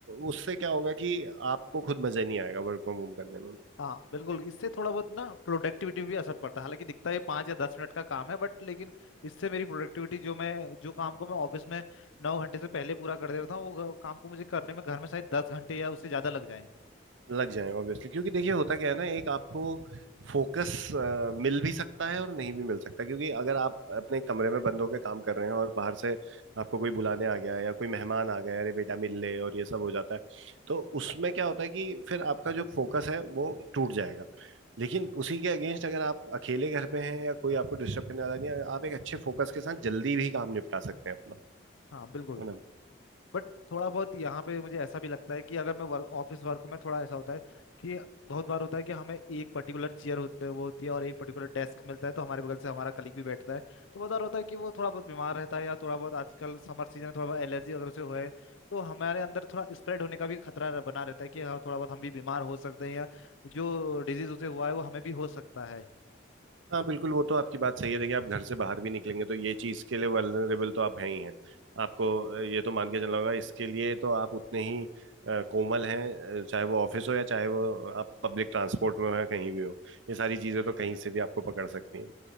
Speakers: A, on the right (about 75°); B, on the left (about 80°).
A: उससे क्या होगा कि आपको खुद मजा नहीं आएगा वर्क फ्रॉम होम करने में
B: हाँ बिल्कुल इससे थोड़ा बहुत ना प्रोडक्टिविटी भी असर पड़ता है हालांकि दिखता है पाँच या दस मिनट का काम है बट लेकिन इससे मेरी प्रोडक्टिविटी जो मैं जो काम को मैं ऑफिस में नौ घंटे से पहले पूरा कर देता हूँ वो काम को मुझे करने में घर में शायद दस घंटे या उससे ज़्यादा लग जाए
A: लग जाए ऑब्वियसली क्योंकि देखिए होता क्या है ना एक आपको फोकस मिल भी सकता है और नहीं भी मिल सकता क्योंकि अगर आप अपने कमरे में बंद होकर काम कर रहे हैं और बाहर से आपको कोई बुलाने आ गया है या कोई मेहमान आ गया है अरे बेटा मिल ले और ये सब हो जाता है तो उसमें क्या होता है कि फिर आपका जो फोकस है वो टूट जाएगा लेकिन
B: हाँ बिल्कुल
A: उसी के अगेंस्ट अगर आप अकेले घर पे हैं या कोई आपको डिस्टर्ब करने वाला नहीं है आप एक अच्छे फोकस के साथ जल्दी भी काम निपटा सकते हैं अपना
B: हाँ बिल्कुल
A: है ना।
B: बट थोड़ा बहुत यहाँ पे मुझे ऐसा भी लगता है कि अगर मैं वर्क ऑफिस वर्क में थोड़ा ऐसा होता है कि बहुत बार होता है कि हमें एक पर्टिकुलर चेयर होते वो होती है और एक पर्टिकुलर डेस्क मिलता है तो हमारे बगल से हमारा कलीग भी बैठता है तो बहुत बार होता है कि वो थोड़ा बहुत बीमार रहता है या थोड़ा बहुत आजकल समर सीजन है थोड़ा बहुत एलर्जी अगर उसे हुआ है तो हमारे अंदर थोड़ा स्प्रेड होने का भी खतरा रह- बना रहता है कि हाँ, थोड़ा बहुत हम भी बीमार हो सकते हैं या जो डिजीज उसे हुआ है वो हमें भी हो सकता है
A: हाँ बिल्कुल वो तो आपकी बात सही है देखिए आप घर से बाहर भी निकलेंगे तो ये चीज के लिए वल्नरेबल तो आप हैं ही हैं आपको अ, ये तो मान के चलना होगा इसके लिए तो आप उतने ही अ, कोमल हैं अ, चाहे वो ऑफिस हो या चाहे वो आप पब्लिक ट्रांसपोर्ट में हो या कहीं भी हो ये सारी चीजें तो कहीं से भी आपको पकड़ सकती हैं